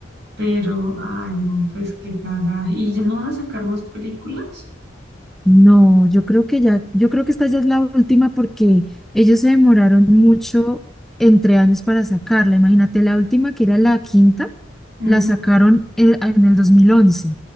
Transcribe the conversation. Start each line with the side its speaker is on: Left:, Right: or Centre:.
Right: Pero, ay, no, pues qué cagada. ¿Y ya no van a sacar más películas?
Centre: No, yo creo que ya, yo creo que esta ya es la última porque ellos se demoraron mucho entre años para sacarla. Imagínate, la última que era la quinta,
Right: Ujú.
Centre: la sacaron en, en el 2011.